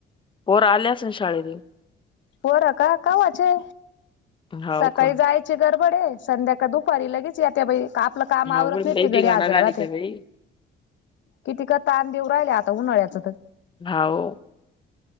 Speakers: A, on the left; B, on the left.
A: पोरं आले असलं शाळेतून?
B: पोरं का कवाचे
A: हाव
B: सकाळी
A: का?
B: जाय गडबड आहे संध्या का दुपारी लगेच येत्या बाई आपला काम
A: अवघड
B: आवरत नाही
A: लय
B: ते घरी
A: धिंगाणा
B: हजर
A: घालीत
B: राहते.
A: आहे बाई.
B: कितीकं ताण देऊ राहिलं आता उन्हाळ्याचं तर.
A: हाव.